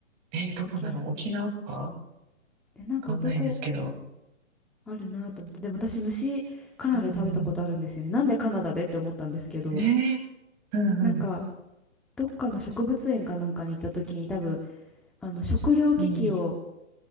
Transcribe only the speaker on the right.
えー、
どこだろう沖縄とかわ
かんないですけど。
うん。
えー、うんうん。
うん。